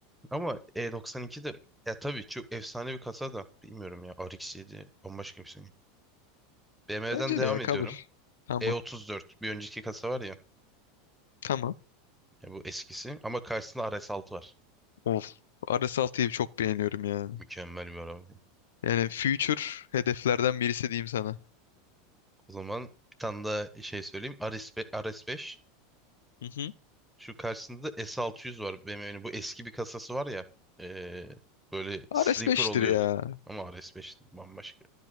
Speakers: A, in the centre; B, on the left.
A: Ama E92 de ya tabii çok efsane bir kasa da bilmiyorum ya RX7 bambaşka bir şey. BMW'den
B: Bence
A: devam
B: de ya kabul.
A: ediyorum.
B: Tamam.
A: E34 bir önceki kasa var ya,
B: Tamam.
A: ya bu eskisi ama karşısında RS6 var.
B: Of. R S altıyı çok beğeniyorum ya.
A: Mükemmel bir araba.
B: Yani future hedeflerden birisi diyeyim sana.
A: O zaman bir tane daha şey söyleyeyim. RS5, RS5.
B: Hı hı.
A: Şu karşısında da S600 var BMW'nin. Bu eski bir kasası var ya. ee, böyle sleeper
B: RS5'tir
A: oluyor.
B: ya.
A: Ama RS5 bambaşka.